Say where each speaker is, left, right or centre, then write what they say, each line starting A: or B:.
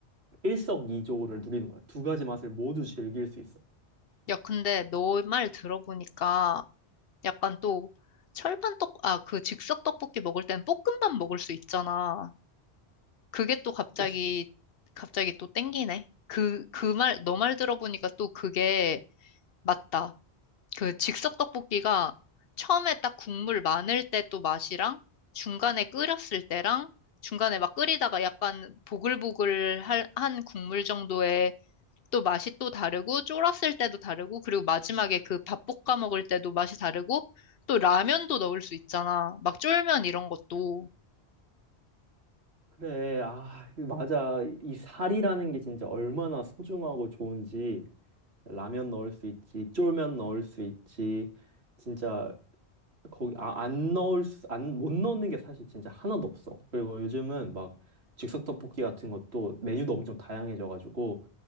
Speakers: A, on the right (about 70°); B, on the left (about 65°).
A: 일석이조를 누리는 거야. 두 가지 맛을 모두 즐길 수 있어.
B: 야, 근데 너 말 들어보니까 약간 또 철판 떡, 아, 그 즉석 떡볶이 먹을 땐 볶음밥 먹을 수 있잖아. 그게 또 갑자기,
A: 그치?
B: 갑자기 또 땡기네. 그, 그 말, 너 말 들어보니까 또 그게 맞다. 그 즉석 떡볶이가 처음에 딱 국물 많을 때 또 맛이랑 중간에 끓였을 때랑 중간에 막 끓이다가 약간 보글보글 할- 한 국물 정도의 또 맛이 또 다르고 쫄았을 때도 다르고 그리고 마지막에 그 밥 볶아 먹을 때도 맛이 다르고 또 라면도 넣을 수 있잖아. 막 쫄면 이런 것도.
A: 그래, 아, 맞아. 이 살이라는 게 진짜 얼마나 소중하고 좋은지. 라면 넣을 수 있지, 쫄면 넣을 수 있지. 진짜 거기 아, 안 넣을 수, 안, 못 넣는 게 사실 진짜 하나도 없어. 그리고 요즘은 막 즉석 떡볶이 같은 것도 메뉴도 엄청 다양해져가지고